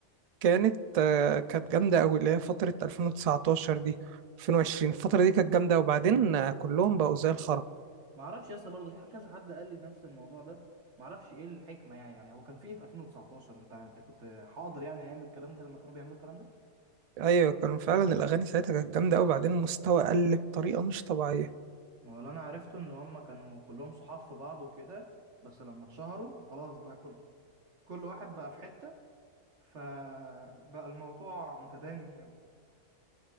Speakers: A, on the right; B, on the right.
A: كانت آه، كانت جامده قوي اللي هي فتره 2019 دي 2020 الفتره دي كانت جامده وبعدين آه، كلهم بقوا زي الخرا
B: ما اعرفش يا اسطى برضه في حد- كذا حد قال لي نفس الموضوع ده ما اعرفش ايه الحكمه يعني يعني هو كان في إيه في 2019 انت انت كنت حاضر يعني ايام الكلام ده لما كانوا بيعملوا الكلام ده
A: ايوه كانوا فعلا الاغاني ساعتها كانت جامده قوي وبعدين المستوى قل بطريقه مش طبيعيه
B: ولا انا عرفته ان هم كانوا كلهم صحاب في بعض وكده بس لما اتشهروا خلاص بقى كل كل واحد بقى في حته فبقى الموضوع متدني